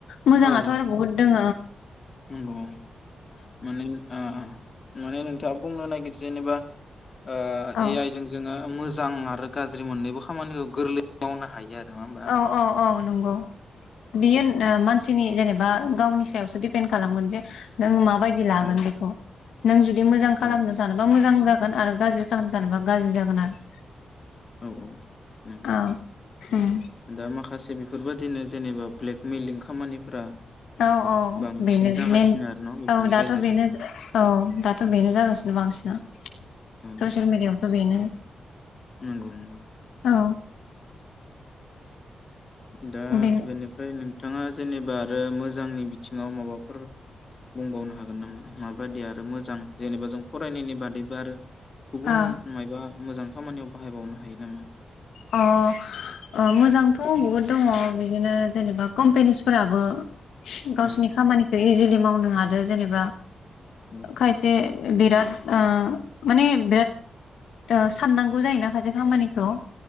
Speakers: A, on the left (about 80°); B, on the left (about 50°).
A: मोजाङाथ'
B: औ
A: आरो बहुद दोङ।
B: नंगौ माने आ माने नोंथाङा बुंनो नागिर जेनेबा ओ
A: औ
B: ए आइ जों जोङो मो मोजां आरो गाज्रि मोननैबो खामानिखौ गोरलै मावनो हायो आरो। नङा होमबा
A: औ औ औ नंगौ बेयो मानसिनि जेनेबा गावनि सायावसो डिपेन्दड खालामगोन जे नों माबायदि लागोन
B: औ
A: बेखौ? नों जुद दि मोजां खालामनो
B: औ औ
A: सानोबा मोजां जाग गोन आरो गाज्रि खालाम सानोबा गाज्रि जागोन आरो।
B: औ औ। नंगौ
A: औ
B: नंगौ
A: उम
B: दा माखासे बेफोरबाद दिनो जेनेबा ब्लेकमेलिं खामानिफोरा
A: औ औ
B: बांसिन
A: बेनो
B: जागासिनो
A: मेन
B: आरो न' बेफोरनि
A: औ दाथ'
B: गेजेरजों
A: बेनो औ दाथ' बेनो जागासिनो बांसिना ससियेल
B: औ
A: मिडियाआवथ' बेनो।
B: नंगौ नंगौ।
A: औ
B: दा
A: बेनो
B: बेनिफ्राय नो थाङा जेनेबा आरो मोजांनि बिथिङाव माबाफोर बुंबावनो हागोन नामा माबादि आरो मोजां जेनेबा जों फरायनायनि बादैबो आरो गुबुन
A: ओ
B: मायबा मोजां खामानियाव बाहायबावनो हायो नामा?
A: अ ओ मोजांथ' बुहुद दङ बिदिनो जेनेबा कम्पनिसफोराबो गावसिनि
B: ओ
A: खामानिखौ इजिलि मावनो हादो जेनेबा
B: ओ
A: खायसे बिराद ओ माने बिराद साननांगौ जायोना खायसे खामानिखौ।